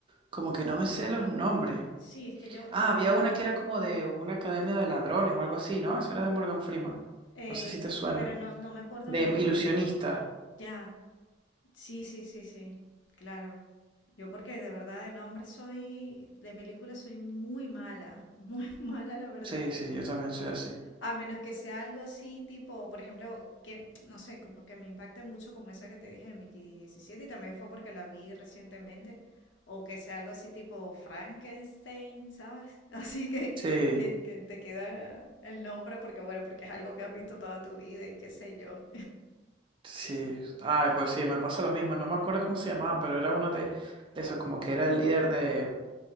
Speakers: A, on the right; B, on the left.
A: como que no me sé los nombres.
B: sí, es que yo,
A: Ah,
B: yo,
A: había una que era como de una academia de ladrones o algo así, ¿no? Esa era de Morgan Freeman.
B: eh,
A: No sé si te suena.
B: pero no, no me acuerdo
A: De
B: el
A: ilusionista.
B: nombre. Ya, Sí, sí, sí, sí, claro. Yo porque de verdad de nombre soy, de película soy muy mala, muy <laughs> mala la verdad.
A: Sí, sí, yo también soy así.
B: A menos que sea algo así tipo, por ejemplo, que no sé, como que me impacte mucho como esa que te dije de Mickey diecisiete y también fue porque la vi recientemente. O que sea algo así tipo Frankenstein, ¿sabes? <laughs> Así que,
A: Sí,
B: que, que te queda el nombre porque bueno, porque es algo que has visto toda tu vida y qué sé yo.
A: sí. Ay, pues sí, me pasa lo mismo. No me acuerdo cómo se llamaba, pero era uno de, de esos, como que era el líder de,